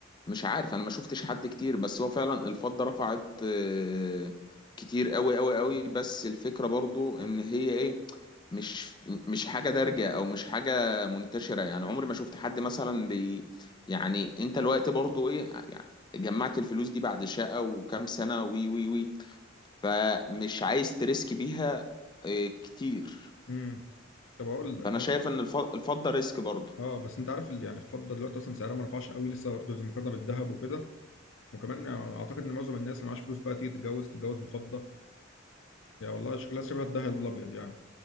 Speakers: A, on the left (about 20°); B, on the left (about 75°).
A: مش عارف انا ما شفتش حد كتير بس هو فعلا الفضة رفعت آه، كتير قوي قوي قوي بس الفكرة برضو ان هي ايه مش مش حاجة دارجة او مش حاجة منتشرة يعني عمري ما شفت حد مثلا بي يعني انت الوقت برضو ايه يعني جمعت الفلوس دي بعد شقة وكام سنة وي وي وي فمش عايز تريسك بيها آه، كتير
B: امم طب اقول لك
A: فانا
B: طب
A: شايف
B: طب-
A: ان الف- الفضة ريسك برضو
B: اه بس انت عارف اللي يعني الفضه دلوقتي اصلا سعرها ما رفعش قوي لسه برضه زي مقارنه بالذهب وكده وكمان يعني اعتقد ان معظم الناس اللي معاش فلوس بقى تيجي تتجوز تتجوز بفضه يا والله شكلها شبه الذهب الابيض يعني